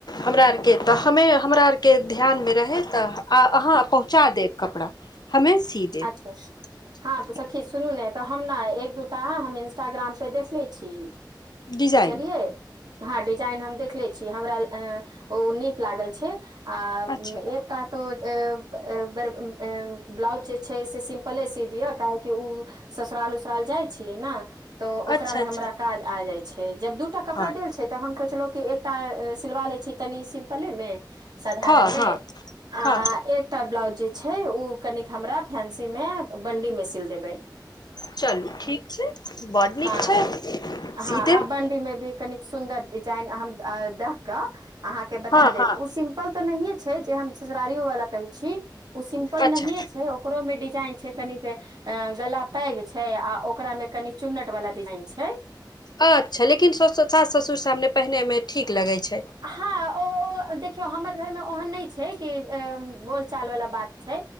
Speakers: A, on the left; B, on the right.
A: हमरा आर के तऽ हमें हमरा आर के ध्यानमे रहै तऽ अहाँ पहुँचा देब कपड़ा हमें सी देब
B: अच्छा हँ सखी सुनू ने तऽ हम ने एक दूटा हम इंस्टाग्राम से देख ले छी
A: डिजाइन
B: बुझलियए हँ डिजाइन हम देखले छी हमरा अं ओ नीक लागल छै आ
A: अच्छा
B: एक टा तो ए ए एं ब्लाउज जे छै से सिम्पले सी दिय काहेकि उ ससुराल उसुराल जाइ छियै ने तऽ ओकरा
A: अच्छा
B: में
A: अच्छा
B: हमरा काज आ जाइ छै जब दूटा कपड़ा
A: हँ
B: देल छै तऽ हम सोचलहु कि एकटा सिलवा लै छी तनी सिम्पले में साधारण
A: हँ
B: में
A: हँ
B: आ
A: हँ
B: एकटा ब्लाउज जे छै ओ कनिक हमरा फेंसी में बंडी में सील देबय
A: चलू ठीक छै बड नीक
B: हँ
A: छै
B: हँ
A: सी देब
B: आ बंडी मे भी कनिक सुन्दर डिजाइन हम देख के अहाँ के बता
A: हँ
B: देब
A: हँ
B: उ सिम्पल त नहिये छै जे हम ससुरारियो वाला कहै छी ओ सिम्पल
A: अच्छा
B: नहिये छै ओकरो मे डिजाइन छै कनिक अ गला पैग छै आ ओकरा मे कनि चुन्नट वाला डिजाइन छै
A: अच्छा लेकिन सास ससुर सामने पहिने में ठीक लगै छै
B: हँ ओ देखियो हमर र में ओहन न नहि छै कि बोलचाल वाला बात छै